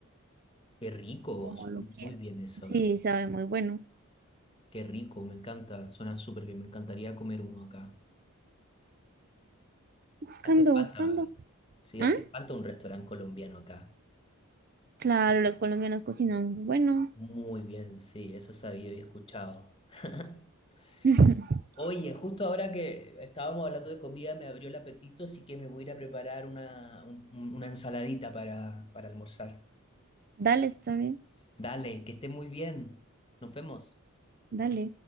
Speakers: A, on the left (about 25°); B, on the right (about 40°).
A: Qué rico,
B: como
A: suena
B: lo quiera.
A: muy bien eso.
B: Sí, sabe muy bueno.
A: Qué rico, me encanta, suena súper bien, me encantaría comer uno acá.
B: Buscando,
A: Hace falta,
B: buscando.
A: vale. Sí,
B: ¿Ah?
A: hace falta un restaurante colombiano acá.
B: Claro, los colombianos cocinan. muy Bueno,
A: Muy bien, sí, eso he sabido y escuchado. <laughs>
B: <laughs>
A: Oye, justo ahora que estábamos hablando de comida me abrió el apetito, así que me voy a ir a preparar una, un- una ensaladita para, para almorzar.
B: dale, está bien.
A: Dale, que esté muy bien. Nos vemos.
B: Dale.